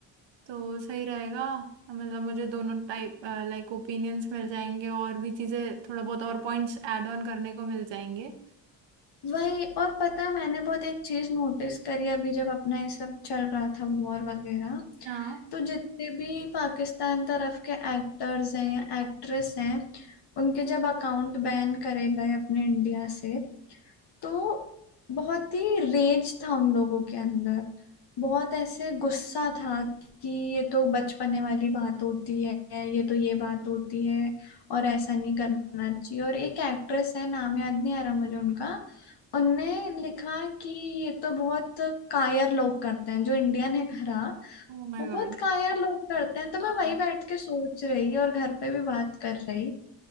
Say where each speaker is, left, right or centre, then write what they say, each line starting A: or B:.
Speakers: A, on the right; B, on the left.
A: तो सही रहेगा मतलब मुझे दोनों टाइप लाइक ओपिनियंस मिल जाएंगे और भी चीज़ें थोड़ा बहुत और पॉइंट्स ऐड ऑन करने को मिल जाएंगे
B: वही और पता है मैंने बहुत एक चीज नोटिस करी अभी जब अपना ये सब चल रहा था वॉर वगैरह
A: हाँ
B: तो जितने भी पाकिस्तान तरफ के एक्टर्स हैं या एक्ट्रेस हैं उनके जब अकाउंट बैन करे गए अपने इंडिया से तो बहुत ही रेज था उन लोगों के अंदर बहुत ऐसे गुस्सा था कि ये तो बचपने वाली बात होती है ये तो ये बात होती है और ऐसा नहीं करना चाहिए और एक एक्ट्रेस है नाम याद नहीं आ रहा मुझे उनका उनने लिखा कि ये तो बहुत कायर लोग करते हैं जो इंडियन है घरा
A: Oh my
B: वो
A: god
B: बहुत कायर लोग करते हैं तो मैं
A: हाँ
B: वही बैठ के सोच रही और घर पे भी बात कर रही